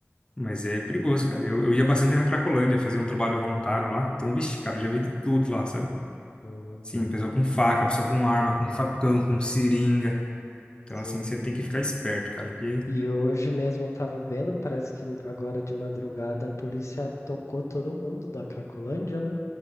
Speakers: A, on the left; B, on the left.
A: Mas é perigoso, cara. Eu, eu ia bastante na Cracolândia fazer um trabalho voluntário lá. Então, vixe, cara, eu já vi de tudo lá, sabe?
B: Hum,
A: Sim, pessoa com faca, pessoa com arma, com facão, com seringa. Então,
B: sim.
A: assim, você tem que ficar esperto, cara. Porque.
B: E hoje mesmo eu tava vendo, parece que agora de madrugada a polícia tocou todo mundo da Cracolândia, né?